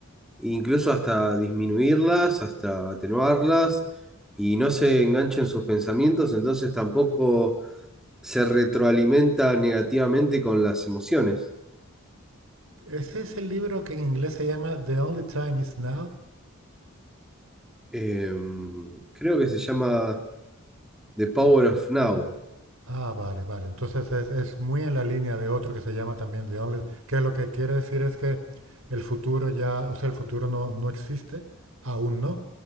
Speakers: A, in the centre; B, on the right.
A: e incluso hasta disminuirlas, hasta atenuarlas, y no se engancha en sus pensamientos, entonces tampoco se retroalimenta negativamente con las emociones.
B: Ese es el libro que en inglés se llama The Only Time Is Now.
A: Em, creo que se llama The Power of Now.
B: Ah, vale, vale. Entonces es, es muy en la línea de otro que se llama también The Only, que lo que quiere decir es que el futuro ya, o sea, el futuro no, no existe, aún no.